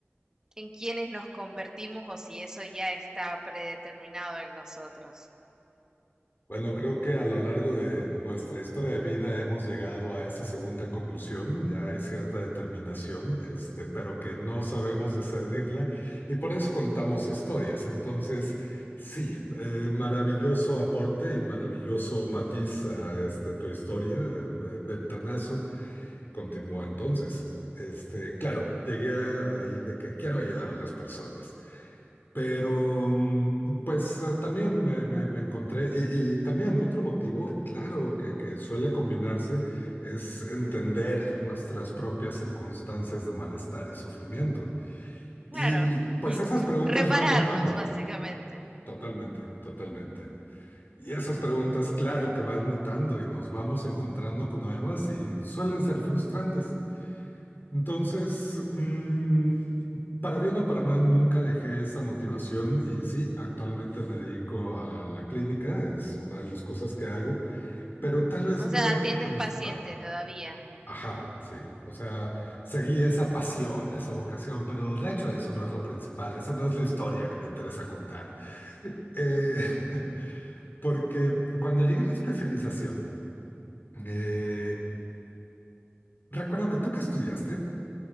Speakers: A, on the right; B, on the left.
A: en quienes nos convertimos o si eso ya está predeterminado en nosotros.
B: Bueno, creo que a lo largo de nuestra historia de vida hemos llegado a esa segunda conclusión, ya hay cierta determinación, este, pero que no sabemos discernirla y por eso contamos historias. Entonces, sí, eh, maravilloso aporte y maravilloso matiz a este, tu historia, eh, ventanazo. Continúa entonces. Este, claro, llegué a- ahí de que quiero ayudar a las personas. Pero, mm, pues eh, también me, me- me encontré, y, y también otro motivo, claro, que, que suele combinarse es entender nuestras propias circunstancias de malestar y sufrimiento.
A: Claro,
B: Y
A: <clears throat>
B: pues
A: <laughs>
B: esas preguntas
A: repararnos
B: van mutando,
A: básicamente.
B: totalmente, totalmente. Y esas preguntas, claro que van mutando y nos vamos encontrando con nuevas y suelen ser frustrantes. Entonces, mm, para bien o para mal, nunca dejé esa motivación y sí, actualmente me dedico a la clínica, es una de las cosas que hago, pero tal vez
A: O sea,
B: no es
A: atiendes
B: lo principal.
A: paciente todavía.
B: Ajá, sí, o sea, seguí esa pasión, esa vocación, pero de hecho eso no es lo principal, esa no es la historia que me interesa contar. Eh, <laughs> porque cuando llegué a la especialización, eh, recuérdame, ¿tú qué estudiaste?